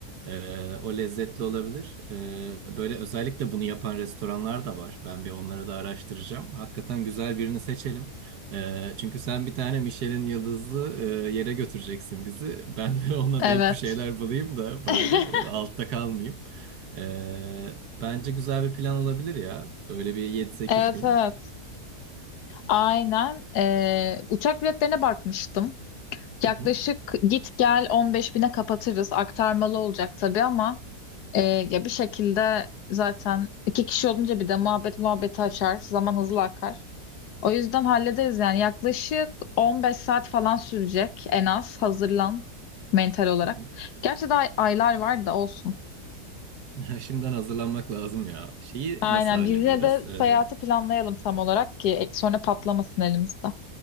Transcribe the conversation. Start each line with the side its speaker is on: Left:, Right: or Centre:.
Right: Ee, o lezzetli olabilir. Ee, böyle özellikle bunu yapan restoranlar da var. Ben bir onları da araştıracağım. Hakikaten güzel birini seçelim. Ee, çünkü sen bir tane Michelin yıldızlı e, yere götüreceksin bizi. Ben de <laughs> ona
Left: Evet.
Right: denk bir şeyler bulayım da bari
Left: <laughs>
Right: e, altta kalmayayım. Ee, bence güzel bir plan olabilir ya. Böyle bir yedi sekiz
Left: Evet
Right: gün.
Left: evet. Aynen. Ee, uçak biletlerine bakmıştım. Yaklaşık
Right: Hı hı.
Left: git gel 15 bine kapatırız. Aktarmalı olacak tabii ama e, ya bir şekilde zaten iki kişi olunca bir de muhabbet muhabbeti açar. Zaman hızlı akar. O yüzden hallederiz yani. Yaklaşık 15 saat falan sürecek en az. Hazırlan mental olarak.
Right: Hı
Left: Gerçi daha aylar var da olsun.
Right: hı. <laughs> Şimdiden hazırlanmak lazım ya. Şeyi
Left: Aynen.
Right: nasıl hallediyoruz?
Left: Biz yine de
Right: Ee,
Left: seyahati planlayalım tam olarak ki e, sonra patlamasın elimizde.